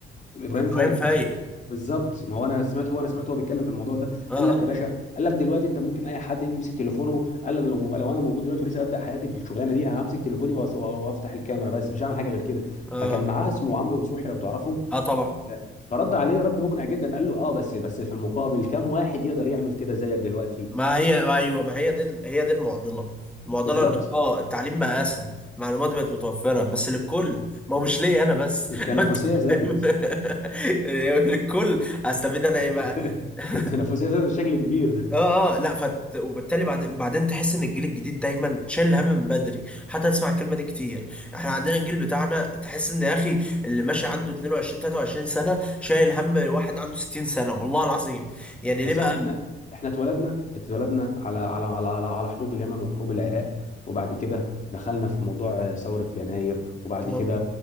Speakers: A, on the left; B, in the centre.
A: ابراهيم
B: ابراهيم
A: فايق
B: فايق
A: بالظبط ما هو انا سمعت هو انا سمعت هو بيتكلم في الموضوع ده
B: اه
A: قال لك
B: اه
A: يا باشا قال لك دلوقتي انت ممكن اي حد يمسك تليفونه قال انا لو لو انا موجود دلوقتي ولسه ابدا حياتي في الشغلانه دي همسك تليفوني وأس- وافتح الكاميرا بس مش هعمل حاجه غير كده
B: اه اه
A: فكان معاه اسمه عمرو نصوحي لو تعرفه
B: آه، طبعا
A: فرد عليه رد مقنع جدا قال له اه بس بس في المقابل كم واحد يقدر يعمل كده زيك دلوقتي
B: ما هي ايوه ما هي دي هي دي المعضله المعضله
A: بالظبط
B: انك اه التعليم بقى اسهل معلومات بقت متوفره بس للكل ما هو مش ليا انا بس
A: التنافسيه
B: <laughs> انت
A: زادت
B: فاهم؟ <laughs> للكل استفيد انا ايه بقى
A: <laughs>
B: <laughs>
A: التنافسيه زادت بشكل كبير
B: اه اه لا فت... وبالتالي بعد... بعدين تحس ان الجيل الجديد دايما شايل هم من بدري حتى تسمع الكلمه دي كتير احنا عندنا الجيل بتاعنا تحس ان يا اخي اللي ماشي عنده 22 23 سنه شايل هم واحد عنده 60 سنه والله العظيم يعني ليه
A: يا صاحبي
B: بقى
A: احنا احنا اتولدنا اتولدنا على على على على, على حروب اليمن وحروب العراق وبعد كده دخلنا في موضوع آه، ثورة يناير وبعد
B: آه،
A: كده